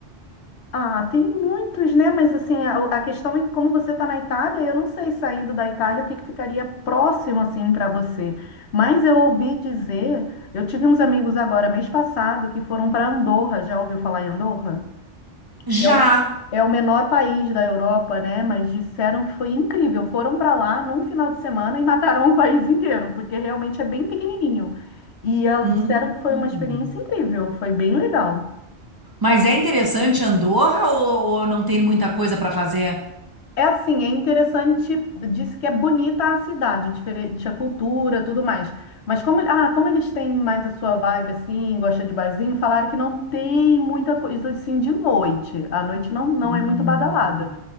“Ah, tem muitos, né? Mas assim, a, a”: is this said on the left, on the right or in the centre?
Left